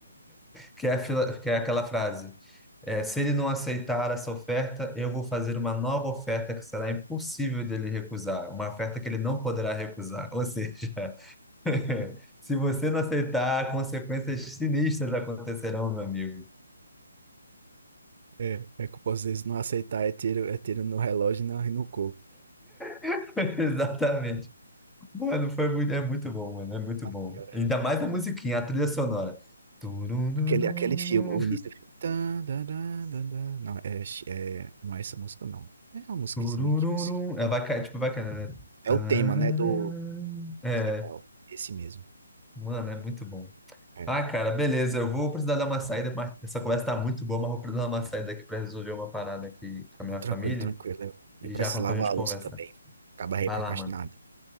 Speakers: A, in the centre; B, on the right.
A: que é, a fila- que é aquela frase: é, se ele não aceitar essa oferta, eu vou fazer uma nova oferta que será impossível dele recusar, uma oferta que ele não poderá recusar. Ou seja, <laughs> se você não aceitar, consequências sinistras acontecerão, meu amigo.
B: É, é que às vezes não aceitar é tiro, é tiro no relógio e na- no coco.
A: <laughs> Exatamente. Mano, foi muito, é muito bom, mano, é muito
B: Ah,
A: bom.
B: cara,
A: Ainda
B: é-
A: mais
B: não
A: a musiquinha,
B: é.
A: a trilha sonora. Turururum,
B: Aquele, aquele filme, o início do filme. Tan, dan, dan, dan, dan. Não, é, é, não é essa música, não. É uma musiquinha
A: turururum.
B: que você.
A: É, vai, ca- tipo, vai caindo, né?
B: É
A: Tararara.
B: o tema, né, do
A: É,
B: principal. Esse mesmo.
A: mano, é muito bom.
B: É.
A: Ah, cara, beleza. Eu vou precisar dar uma saída, mas essa conversa tá muito boa, mas vou precisar dar uma saída aqui para resolver uma parada aqui com a minha
B: Não, tranquilo,
A: família
B: tranquilo. Eu, eu
A: e
B: preciso
A: já volto
B: lavar
A: pra gente
B: a
A: conversar.
B: louça também. Acaba aí
A: Vai
B: procrastinado.
A: lá, mano.